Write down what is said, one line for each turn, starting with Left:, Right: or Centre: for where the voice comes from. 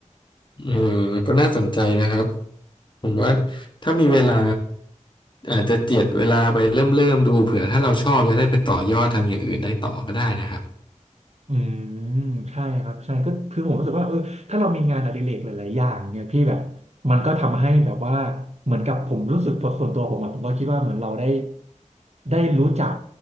Left: เออก็น่าสนใจนะครับผมว่าถ้ามีเวลาอาจจะเจียดเวลาไปเริ่มเริ่มดูเผื่อถ้าเราชอบจะได้ไปต่อยอดทำอย่างอื่นได้ต่อก็ได้นะครับ
Right: อืมใช่ครับใช่ก็คือผมรู้สึกว่าเออถ้าเรามีงานอดิเรกหลายๆอย่างเนี่ยพี่แบบมันก็ทำให้แบบว่าเหมือนกับผมรู้สึกผมส่วนตัวผมอะผมก็คิดว่าเหมือนเราได้ได้รู้จัก